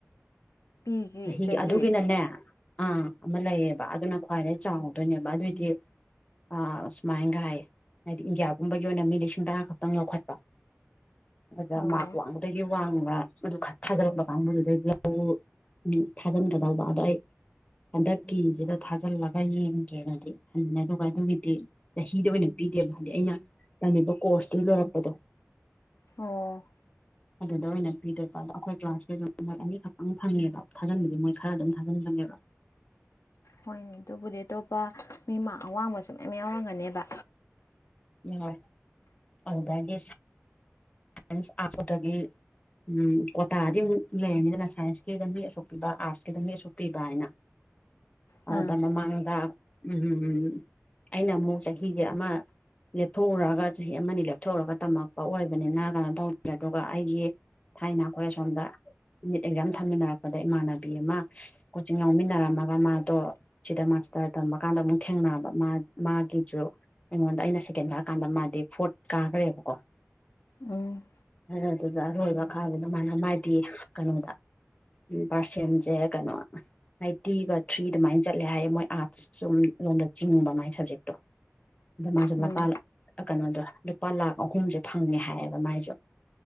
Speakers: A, on the left; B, on the left.
A: ꯄꯤ ꯖꯤ
B: ꯆꯍꯤ
A: ꯏꯁꯇꯗꯤꯁ
B: ꯑꯗꯨꯒꯤꯅꯅꯦ ꯑꯥ ꯑꯃ ꯂꯩꯌꯦꯕ ꯑꯗꯨꯅ ꯈ꯭ꯋꯥꯏꯗꯩ ꯆꯥꯎꯗꯣꯏꯅꯦꯕ ꯑꯗꯨꯏꯗꯤ ꯑ ꯑꯁꯨꯃꯥꯏꯟꯒ ꯍꯥꯏꯌꯦ ꯍꯥꯏꯗꯤ ꯏꯟꯗꯤꯌꯥ ꯄꯨꯝꯕꯒꯤ ꯑꯣꯏꯅ ꯃꯤ ꯂꯤꯁꯤꯡ ꯇꯔꯥ ꯈꯛꯇꯪ ꯌꯈꯠꯄ ꯑꯗꯨꯗ
A: ꯑꯣ
B: ꯃꯥꯛ ꯋꯥꯡꯕꯗꯒꯤ ꯋꯥꯡꯕ ꯑꯗꯨ ꯈꯟ ꯊꯥꯖꯜꯂꯛꯄ ꯀꯥꯡꯕꯨꯗꯨꯗꯒꯤ <unintelligible> <unintelligible> ꯊꯥꯖꯤꯟꯒꯗꯧꯕ ꯑꯗ ꯑꯩ ꯍꯟꯗꯛꯀꯤꯖꯤꯗ ꯊꯥꯖꯜꯂꯒ ꯌꯦꯡꯒꯦꯅꯗꯤ ꯈꯟꯕꯅꯤ ꯑꯗꯨꯒ ꯑꯗꯨꯒꯤꯗꯤ ꯆꯍꯤꯗ ꯑꯣꯏꯅ ꯄꯤꯗꯦꯕ ꯍꯥꯏꯗꯤ ꯑꯩꯅ ꯇꯝꯃꯤꯕ ꯀꯣꯔꯁꯇꯨ ꯂꯣꯏꯔꯛꯄꯗꯣ
A: ꯑꯣ
B: ꯑꯗꯨꯗ ꯑꯣꯏꯅ ꯄꯤꯗꯣꯏꯕ ꯑꯗꯣ ꯑꯩꯈꯣꯏ ꯀ꯭ꯂꯥꯁꯀꯤꯖꯨ ꯃꯣꯢ ꯑꯅꯤꯈꯛꯇꯪ ꯐꯪꯉꯦꯕ ꯊꯥꯖꯤꯟꯕꯗꯤ ꯃꯣꯏ ꯈꯔ ꯑꯗꯨꯝ ꯊꯥꯖꯤꯟꯕꯅꯦꯕ
A: ꯍꯣꯏꯅꯦ ꯑꯗꯨꯕꯨꯗꯤ ꯑꯇꯣꯞꯄ ꯃꯤ ꯃꯥꯛ ꯑꯋꯥꯡꯕꯁꯨ ꯃꯌꯥꯝ ꯌꯥꯎꯔꯝꯒꯅꯦꯕ
B: <inaudible> <unintelligible> ꯎꯝ ꯀꯣꯇꯥꯗꯤ ꯑꯃꯨꯛ ꯂꯩꯔꯅꯤꯗꯅ ꯁꯥꯏꯟꯁꯀꯤꯗ ꯃꯤ ꯑꯁꯨꯛ ꯄꯤꯕ ꯑꯥꯔꯠꯁꯀꯤꯗ ꯃꯤ ꯑꯁꯨꯛ ꯄꯤꯕ ꯍꯥꯏꯅ
A: ꯑꯥ
B: ꯑꯗ ꯃꯃꯥꯡꯗ ꯎꯝꯝ ꯑꯩꯅ ꯑꯃꯨꯛ ꯆꯍꯤꯒꯤ ꯑꯃ ꯂꯦꯞꯊꯣꯛꯎꯔꯒ ꯆꯍꯤ ꯑꯃꯅꯤ ꯂꯦꯞꯊꯣꯛꯎꯔꯒ ꯇꯝꯃꯛꯄ ꯑꯣꯏꯕꯅꯤꯅ ꯀꯩꯅꯣ ꯇꯧꯗ꯭ꯔꯦ ꯑꯗꯨꯒ ꯑꯩꯒꯤ ꯊꯥꯏꯅ ꯑꯩꯈꯣꯏ ꯁꯣꯝꯗ ꯅꯤꯠ ꯑꯦꯛꯖꯥꯝ ꯊꯝꯃꯤꯟꯅꯔꯛꯄꯗ ꯏꯃꯥꯟꯅꯕꯤ ꯑꯃ ꯀꯣꯆꯤꯡ ꯌꯥꯎꯃꯤꯟꯅꯔꯝꯃꯒ ꯃꯥꯗꯣ ꯁꯤꯗ ꯃꯥꯁꯇꯔ ꯇꯝꯃꯀꯥꯟꯗ ꯑꯃꯨꯛ ꯊꯦꯡꯅꯕ ꯃꯥ ꯃꯥꯒꯤꯖꯨ ꯑꯩꯉꯣꯟꯗ ꯑꯩꯅ ꯁꯦꯀꯦꯟ ꯀꯥꯔ ꯀꯥꯟꯗ ꯃꯥꯗꯤ ꯀꯥꯒ꯭ꯔꯦꯕꯀꯣ
A: ꯎꯝ
B: ꯑꯗꯨꯗ ꯑꯔꯣꯏꯕ ꯀꯥꯗꯨꯗ ꯃꯥꯅ ꯃꯥꯗꯤ ꯀꯩꯅꯣꯗ ꯎ ꯄꯥꯔꯁꯦꯝꯁꯦ ꯀꯩꯅꯣ ꯑꯥꯏꯠꯇꯤꯒ ꯊ꯭ꯔꯤ ꯑꯗꯨꯃꯥꯏꯅ ꯆꯠꯂꯦ ꯍꯥꯏꯌꯦ ꯃꯣꯏ ꯑꯥꯔꯠꯁ ꯆꯨꯝ ꯂꯣꯝꯗ ꯆꯤꯡꯕ ꯃꯥꯏ ꯁꯕꯖꯦꯛꯇꯣ ꯑꯗꯣ ꯃꯥꯁꯨ
A: ꯎꯝ
B: ꯂꯄꯥꯂꯥ ꯀꯩꯅꯣꯗꯣ ꯂꯨꯄꯥ ꯂꯥꯛ ꯑꯍꯨꯝꯖꯦ ꯐꯪꯉꯦ ꯍꯥꯏꯌꯦꯕ ꯃꯥꯥꯏꯁ